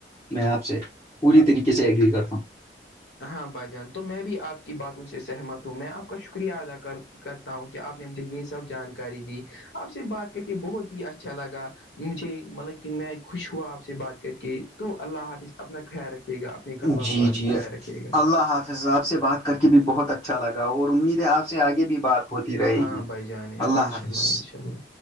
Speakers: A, on the left; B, on the left.
A: میں آپ سے پوری طریقے سے ایگری کرتا ہوں
B: ہاں بھائی جان تو میں بھی آپ کی باتوں سے سہمت ہوں میں آپ کا شکریہ ادا کر کرتا ہوں کہ آپ نے مجھے یہ سب جانکاری دی آپ سے بات کر کے بہت ہی اچھا لگا مجھے مطلب کہ میں خوش ہوا آپ سے بات کر کے تو اللہ حافظ اپنا خیال رکھیے گا آپ
A: جی جی
B: رکھیے گا
A: اللہ حافظ آپ سے بات کر کے بھی بہت اچھا لگا اور امید ہے آپ سے آگے بھی بات ہوتی رہے
B: ہاں
A: گی
B: بھائی جان انشاء
A: اللہ حافظ
B: انشاء اللہ